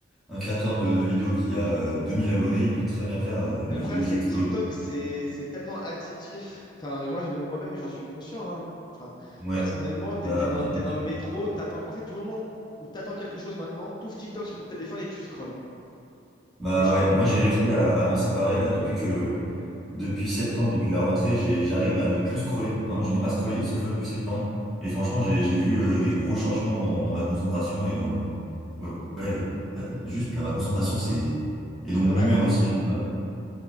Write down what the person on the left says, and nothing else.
et le
problème,
c'est
que TikTok, c'est c'est tellement addictif. Enfin, moi, je- même- moi-même, j'en suis conscient. hein. Enfin,
personnellement, tu
es, dans,
t'es dans le métro. T'attends... En fait, du moment où tu attends quelque chose maintenant, tu ouvres TikTok sur ton téléphone et tu scrolls.
Et je-
c'est
vrai?